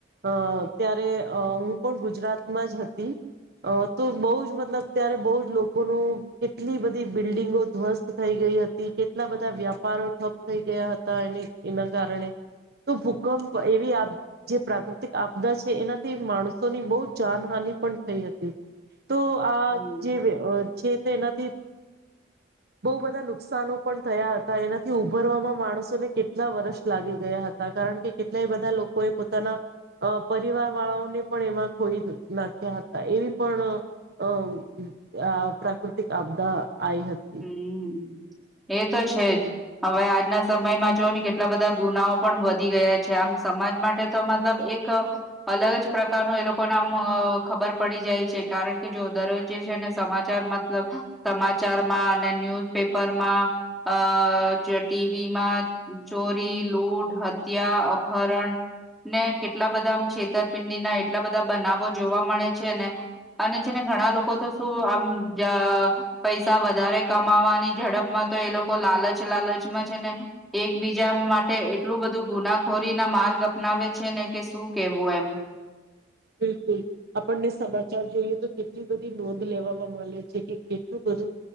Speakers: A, on the right; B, in the centre.
A: અ ત્યારે હું પણ ગુજરાતમાં જ હતી તો બહ જ મતલબ ત્યારે બહુ જ લોકોનું કેટલી બધી બિલ્ડિંગો ધ્વસ્ત થઈ ગઈ હતી કેટલા બધા વ્યાપારો ઠપ થઈ ગયા હતા એની એના કારણે તો ભૂકંપ એવી જે પ્રાકૃતિક આપદા છે એનાથી માણસોની બહુ જાનહાની પણ થઈ હતી. તો આ
B: હમ
A: જે <inaudible> તેનાથી બો બધા નુકસાનો પણ થયા હતા એનાથી ઉભરવામાં માણસોને કેટલા વર્ષ લાગી ગયા હતા કારણ કે કેટલાય બધા લોકોએ પોતાના પરિવાર વાળાઓને પણ એમાં ખોઈ નાખ્યા હતા એવી પણ અ આ પ્રાકૃતિક આપદા આઈ હતી.
B: હમ એ તો છે જ હવે આજના સમયમાં જો ને કેટલા બધા ગુનાઓ પણ વધી ગયા છે, આમ સમાજ માટે તો મતલબ એક અલગ જ પ્રકારનું એ લોકોને આમ ખબર પડી જાય છે, કારણ કે જો દરરોજ્જે છેને સમાચાર મતલબ સમાચાર માં અને ન્યુઝ પેપરમાં અ ટીવીમાં ચોરી લૂટ હત્યા અપહરણ ને કેટલા બધા આમ છેતરપિંડી ના એટલા બધા બનાવો જોવા મળે છે ને અને છે ને ઘણા લોકો તો શું આમ જ પૈસા વધારે કમાવાની ઝડપમાં તો એ લોકો લાલચ લાલચમાં છે, ને એકબીજા માટે એટલું બધું ગુનાખોરી ના માર્ગ અપનાવે છે ને કે શું કેવું એમ
A: બિલકુલ આપણને સમાચાર જોઈએ તો કેટલી બધી નોંધ લેવામાં મલે છે, કે કેટલું બધું